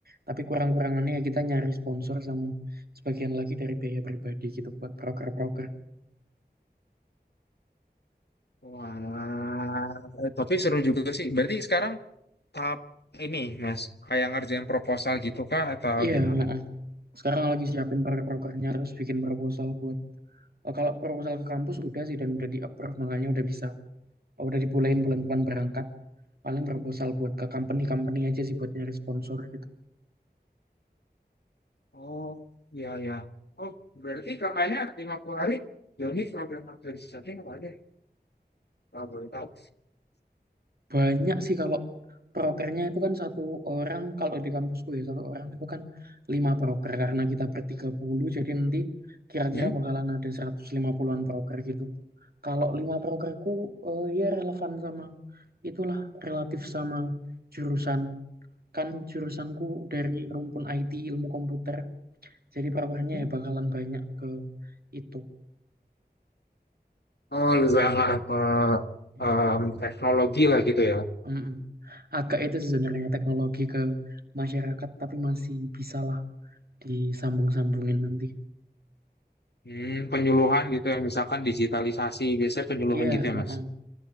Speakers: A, on the right; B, on the left.
A: Tapi kurang-kurangannya ya kita nyari sponsor sama sebagian lagi dari biaya pribadi gitu buat proker-proker.
B: Wah, tapi seru juga sih. Berarti sekarang tahap ini, Mas, kayak ngerjain proposal gitu kah atau
A: Iya,
B: gimana?
A: heeh. Sekarang lagi siapin proker-prokernya terus bikin proposal buat Eh, kalau proposal ke kampus udah sih dan udah di approve makanya udah bisa oh, udah dibolehin bulan depan berangkat paling proposal buat ke company-company aja sih buat nyari sponsor gitu
B: Oh, iya, iya. Oh, berarti kakaknya 50 hari Joni program organisasi apa aja? Kalau boleh tahu.
A: banyak sih kalau prokernya itu kan satu orang kalau di kampusku ya satu orang itu kan lima proker karena kita bertiga puluh jadi nanti kira-kira
B: Hmm?
A: bakalan ada 150-an proker gitu kalau lima prokerku eh, ya relevan sama itulah relatif sama jurusan kan jurusanku dari rumpun IT ilmu komputer Jadi powernya
B: hmm.
A: ya bakalan banyak ke itu.
B: Oh, lebih banget ke
A: Ya.
B: em, teknologi lah gitu ya.
A: Mm-mm. Agak itu sebenarnya teknologi ke masyarakat, tapi masih bisalah disambung-sambungin nanti.
B: Hmm, penyuluhan gitu ya, misalkan digitalisasi, biasanya penyuluhan
A: Iya,
B: gitu ya,
A: mm
B: Mas.